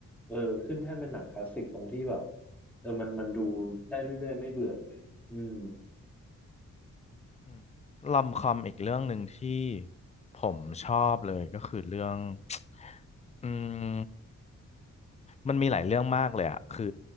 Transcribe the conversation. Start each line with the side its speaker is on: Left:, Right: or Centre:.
Centre: เออขึ้นแท่นเป็นหนังคลาสสิกตรงที่แบบเออมันมันดูได้เรื่อยๆไม่เบื่อเลยอืม
Left: อืมลอมคอมอีกเรื่องหนึ่งที่ผมชอบเลยก็คือเรื่อง <tsk> อืมมันมีหลายเรื่องมากเลยอะคือ